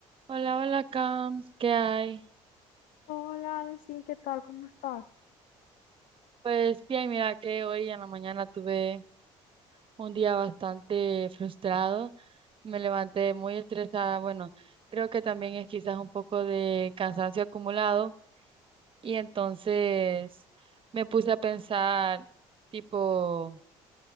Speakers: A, on the right (about 40°); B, on the left (about 70°).
A: Hola, hola, Cam, ¿qué hay?
B: Hola, Alexín, ¿qué tal? ¿Cómo estás?
A: Pues bien, mira que hoy en la mañana tuve un día bastante frustrado, me levanté muy estresada, bueno, creo que también es quizás un poco de cansancio acumulado y entonces me puse a pensar, tipo,